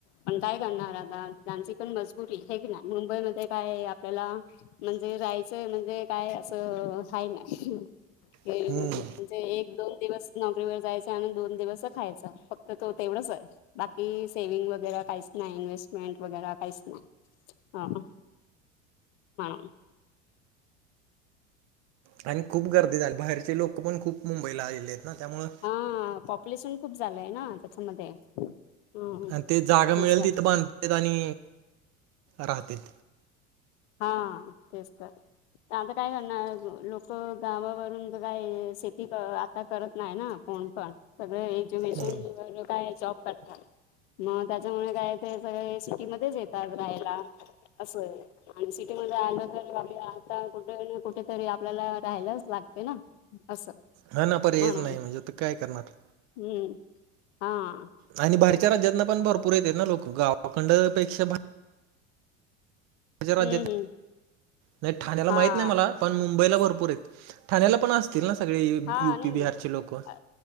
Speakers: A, on the left; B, on the right.
A: पण काय करणार आता त्यांची पण मजबुरी हे की नाही मुंबईमध्ये काय आपल्याला म्हणजे राहायचं म्हणजे काय असं अ आहे नाही. ते
B: हम्म
A: म्हणजे
B: हम्म
A: एक दोन दिवस नोकरीवर जायचं आणि दोन दिवस खायचा फक्त तो तेवढंच आहे. बाकी सेव्हिंग वगैरा काहीच नाही इन्हेस्टमेंट वगैरा. काहीच नाही. अ‌ हं <unintelligible>
B: आणि खूप गर्दी झाली. बाहेरचे लोक पण खूप मुंबईला आलेत ना त्यामुळं
A: हा पॉप्युलेशन खूप झालंय ना त्याच्यामध्ये. हम्म
B: आणि ते जागा
A: तेच
B: मिळेल
A: तर
B: तिथं बांधतेत आणि राहतेत.
A: हा तेच तर. आता काय करणार ल लोक गावावरून तर काय शेती अ काय करत नाही ना कोण पण, सगळें एज्युकेशन
B: हम्म
A: <unintelligible> जॉब करतात. मग त्याच्यामुळे काय ते सगळे सिटीमध्येच येतात राहायला असं आहे. आणि सिटीमध्ये आलं तर आपल्या आता कुठ नि कुठतरी आपल्याला राहायलाच लागत ना. असं.
B: हा ना पर्यायच
A: म्हणून
B: नाही मग तर काय करणार.
A: हम्म, हा.
B: आणि बाहेरच्या राज्यातनं पण भरपूर येतेत ना लोक गावाकंड पेक्षा पण माज्या राज्यत
A: हम्म हम्म
B: नाय ठाण्याला
A: हा
B: माहित नाही मला पण मुंबईला
A: तेच
B: भरपूर आहेत. ठाण्याला पण असतील ना सगळी
A: हा
B: यूपी
A: नाही
B: बिहारची लोकं?
A: अ